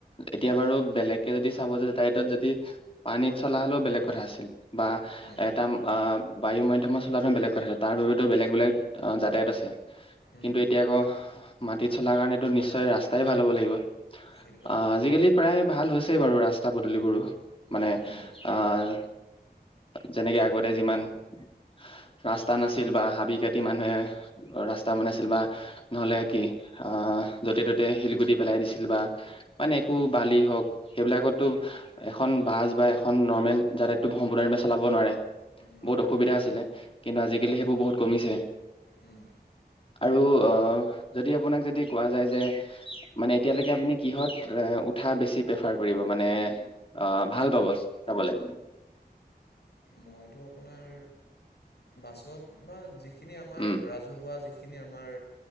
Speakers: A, on the left (about 35°); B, on the left (about 85°).
A: এতিয়া বাৰু বেলেগ কে যদি চাব যায় তাই যদি পানীত চলা হলেও বেলেগ কথা আছিল বা
B: হয়
A: এটা আ ম বায়ু মাধ্যমত চলাটো বেলেগ কথা তাৰ বাবেতো বেলেগ বেলেগ যাতায়ত আছে
B: উম
A: কিন্তু এতিয়া আকৌ মাটিত চলাৰ কাৰণটো নিশ্চয় ৰাস্তাই ভাল হ'ব লাগিব। অ'
B: একদম
A: আজিকালি প্ৰায় ভাল হৈছেয়ে বাৰু ৰাস্তা পদূলিবোৰো। মানে
B: উম
A: আহ যেনেকে আগতে যিমান ৰাস্তা ৰাস্তা নাছিল বা হাবি কাটি মানুহে ৰাস্তা বনাইছিল বা নহ'লে কি আহ য'তে ত'তে শিলগুটি পেলাই দিছিল বা মানে একো
B: উম।
A: বালি হওক, সেইবিলাকতটো এখন বাছ বা এখন নৰ্মেল যাতায়তটো সম্পূৰ্ণৰূপে চলাব নোৱাৰে,
B: নোৱাৰে
A: বহুত অসুবিধা আছিলে কিন্তু আজিকালি সেইবোৰ বহুত কমিছে।
B: উম
A: আৰু অ' যদি আপোনাক যদি কোৱা যায় যে মানে এতিয়ালৈকে আপুনি কি'হত উঠা বেছি প্ৰেফাৰ কৰিব মানে ভাল পাব যাবলে।
B: মইতো আপোনাৰ বাছত। বা যিখিনি আমাৰ
A: উম
B: ৰাজহুৱা যি সেইখিনি আমাৰ